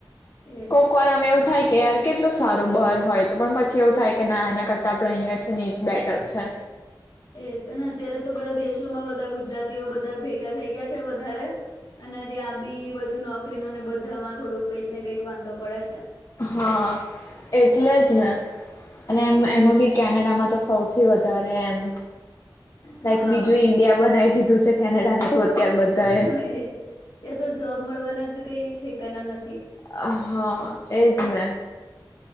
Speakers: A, on the left (about 60°); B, on the left (about 40°).
A: એજ
B: કોકવાર એમ એવું થાય કે યાર કેટલું સારું બાર હોય તો પણ પછી એવું થાય કે ના એના કરતા આપડે અહિયાં છે ને એજ બેટર છે
A: એજ અને અત્યારે તો બધા દેશોમાં બધા ગુજરાતીઓ બધા ભેગા થઈ ગયા છે વધારે અને ત્યાં બી બધું નોકરી નને બધામાં થોડું કંઈક ને કંઈક વાંધો પડે છે
B: હા એટલે જ ને અને એમ એમાં બી કેનેડામાં તો સૌથી વધારે એમ લાઈક
A: હા
B: બીજું ઇન્ડિયા બનાવી દીધું છે કેનેડા તો અત્યાર બધા
A: હ એ ત્યાં તો જોબ મળવાનાથી કઈ ઠકના નથી
B: હા એજ અને